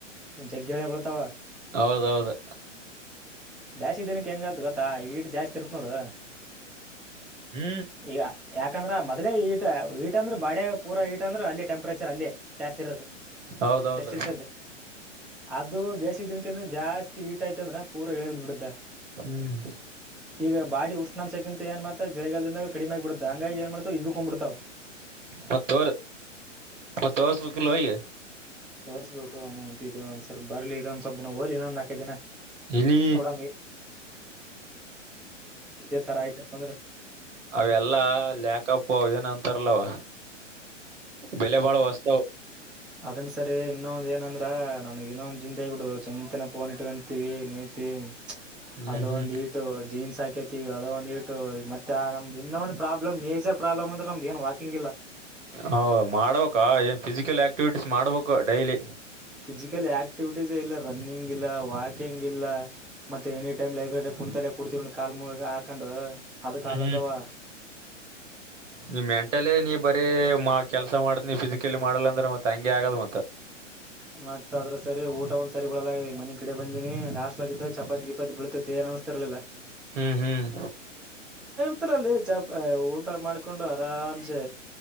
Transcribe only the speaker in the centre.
ಜಗ ಎಲಿ ಗ ಬೀಳ್ತಾವ
ಬ್ಯಾಸಗಿ ದಿನಕ್ಕೆ ಹೆಂಗ ಆಗೊತ್ತಾ ಹೀಟ್ ಜಾಸ್ತಿ ಇರುತ್ತ ನೋಡು
ಈಗ ಯಾಕಂದ್ರ ಮೊದಲೇ ಹೀಟ್ ಹೀಟ್ ಬಾಡಿ ಪೂರಾ ಹೀಟ್ ಅಂದ್ರ ಅಲ್ಲಿ ಟೆಂಪರೇಚ ಅಲ್ಲಿ ಜಾಸ್ತಿ ಇರೋದು
ಸ್ಟೆಪ್ ಸಿಲಸ ತಂದಿ ಅದು ಬೇಸಿಗೆ ದಿನಕಂದ್ರ ಜಾಸ್ತಿ ಹೀಟ್ ಆಯ್ತಂದ್ರ ಪೂರಾ ಇಳಿದ್ಬಿಡುತ್ತ
ಈಗ ಬಾಡಿ ಉಷ್ಣ ನಮ್ಮ ಶೇಖನ ತಯಾಂದ ಚಳಿಗಾಲದ ಕಡಿಮೆ ಯಾಗಿ ಬಿಡ್ತ ಹಾಂಗಾಗಿ ಹಿಗುರ್ಕೊಂಡ್ ಬಿಡ್ತವ
ತೋರಿಸಬೇಕು ಅವನೌನ್ ಇದೊಂದ್ ಸ್ವಲ್ಪ ಬರ್ಲಿ ಇದ ಒಂದ ಸ್ವಲ್ಪ ದಿನ ಹೋಗಲಿ ಇನ್ನೊಂದ ನಾಲ್ಕು ಐದು ದಿನ
ನೋಡಮ್ ಇದೇ ತರ ಆಯ್ತಪ್ಪ ಅಂದ್ರ
ಅದನ್ನ ಸರಿ ಇನ್ನೊಂದ ಏನಂದ್ರ ನನಗ ಇನ್ನೊಂದು ಚಿಂತೆ ಆಗ್ಬಿಟ್ಟದ್ದು ಚಂತನ ಫೋನ್ ಇಟ್ಕಂತೀವಿ ನೀಲತಿವಿ
ಅದು
ಒಂದು ಹಿಟ್ ಜೀನ್ಸ್ ಹಾಕೇತಿವಿ ಅದೊಂದ ಹೀಟ್ ಮತ್ತ ನಮ್ದ ಇನ್ನೊಂದು ಪ್ರಾಬ್ಲಮ್ ಮೇಜರ ಪ್ರಾಬ್ಲಮ್ ಅಂದರ ನಮ್ದ ಏನ್ ವಾಕಿಂಗ್ ಇಲ್ಲ
ಫಿಸಿಕಲ್ ಆಕ್ಟಿವಿಟೀಸ್ ಇಲ್ಲ ರನ್ನಿಂಗ್ ಇಲ್ಲ ವಾಕಿಂಗ್ ಇಲ್ಲ ಮತ್ತೆ ಎನಿ ಟೈಮ್ ಲೈಬ್ರರಿ ಕುಂತಲೆ ಕುಡತಿವಿ ಕಾಲ್ ಮೇಲ ಕಾಲ ಹಾಕಂಡ್ ಅದಕ ಕಾಲನೋವತಾವ
ಮತ್ ಅದ್ರ್ ಸರಿಯಾಗಿ ಊಟ ಒಂದ್ ಸರಿ ಬಿಳಲ್ಲ ಈ ಮನಿ ಕಡೆ ಬಂದಿನಿ ಹಾಸ್ಟೇಲ್ಗಿದ್ದಾಗ ಚಪಾತಿ ಗಿಪಾತಿ ಬೀಳತ್ತಿತೋ ಏನೋ. ನಮಸ್ತೆ ಇರ್ಲ್ಲಲ್ಲ.
ಹಾಸ್ಟೆಲ್ಲಲ್ಲಿ ಚಪಾತಿ ಊಟ ಮಾಡ್ಕೊಂಡು ಆರಾಮ್ಸೆ